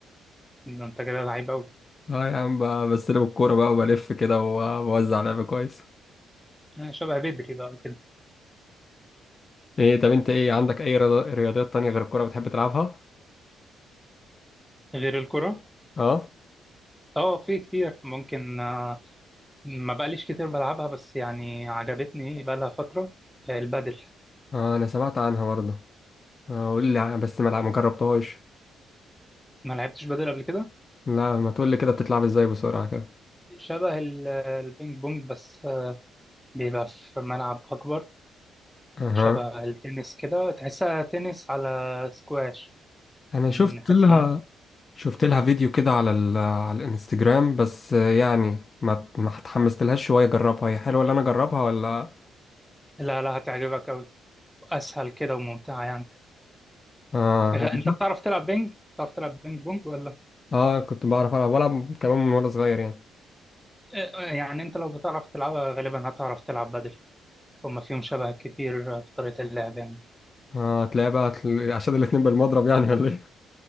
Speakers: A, in the centre; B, on the left (about 35°).
A: ده أنت كده لعيب أوي
B: اه يا عم ب- بستلم الكورة بقى وبلف كده وبوزع لعب كويس
A: يعني شبه بدري بقى وكده
B: ايه طب انت ايه عندك اي رياض- رياضيات تانية غير الكورة بتحب تلعبها
A: غير الكرة؟
B: اه
A: أه في كتير ممكن آه، ما بقاليش كتير بلعبها بس يعني عجبتني بقى لها فترة آه، البادل
B: اه انا سمعت عنها برضه اه قول لي ع- بس ما لع- ما جربتهاش
A: ما لعبتش بادل قبل كده
B: لا ما تقول لي كده بتتلعب ازاي بسرعة كده
A: شبه ال- البينج بونج بس آه، بيبقى في ملعب أكبر
B: اها
A: شبه التنس كده تحسها تنس على سكواش
B: انا
A: بنحس
B: شفت لها
A: ان
B: شفت لها فيديو كده على ال... على الانستجرام بس آه، يعني ما ما اتحمست لهاش شوية اجربها هي حلوة اللي انا اجربها ولا
A: لا لا هتعجبك أوي أسهل كده وممتعة يعني
B: اه
A: غ...
B: أنا مش
A: أنت
B: عارف.
A: بتعرف تلعب بينج؟ بتعرف تلعب بينج بونج ولا؟
B: اه كنت بعرف العب بلعب كمان من وانا صغير يعني
A: آه، آه، يعني أنت لو بتعرف تلعبها غالبا هتعرف تلعب بدل هما فيهم شبه كتير في طريقة اللعب يعني
B: اه هتلاقي بقى هتل- عشان الاتنين بالمضرب يعني ولا ايه